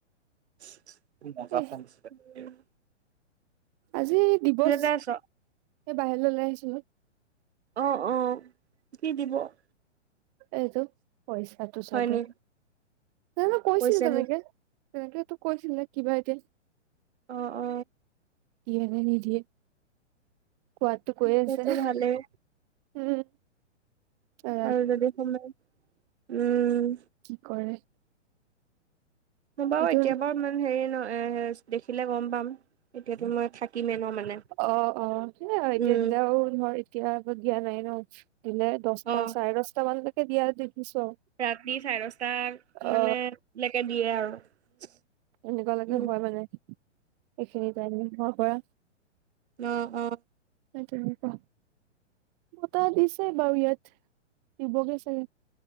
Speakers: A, on the right; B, on the right.
A: <unintelligible> মজা
B: এ
A: ফোন আছিলে <unintelligible>
B: আজি দিৱস,
A: যাই আছ?
B: এই বাহিৰলৈ ওলাই আহিছিলোঁ। <inaudible>
A: অঁ-অঁ, কি দিৱস?
B: এইটো পইচাটো
A: হয়
B: চাগে,
A: নি
B: জানো কৈছিল
A: কৈছে
B: তেনেকে।
A: নি?
B: <unintelligible> তেনেকেইটো কৈছিলে কি বা এতিয়া <inaudible>
A: অ-অ <unintelligible>
B: দিয়ে নে নিদিয়ে <inaudible> কোৱাতটো কৈ
A: দিলেতো
B: আছে <unintelligible>
A: ভালেই
B: উম <unintelligible>
A: আৰু যদি সোমাই <inaudible> উম।
B: কি কৰে <inaudible>
A: মই বাৰু
B: এইটো
A: এতিয়া বাৰু ইমান হেৰি ন এ দেখিলে গম পাম এতিয়াতো মই থাকিমে ন মানে <unintelligible>
B: অ-অ সেইয়াই আৰু এতিয়া
A: উম,
B: দিলে আৰু ধৰ এতিয়া দিয়া নাই ন। <unintelligible> দিনে দহটা
A: অ'।
B: চাৰে দহটামানলৈকে দিয়া দেখিছোঁ আৰু। <inaudible>
A: ৰাতি চাৰে দছটা
B: অ
A: মানে লৈকে দিয়ে আৰু <unintelligible>
B: এনেকুৱা লৈকে
A: উম,
B: হয় মানে, এইখিনি টাইমৰ পৰা <inaudible>
A: ন অ।
B: সেইটোয়ে হ'ল কোৱা? মতা দিছে বাৰু ইয়াত, দিবগে চাগে।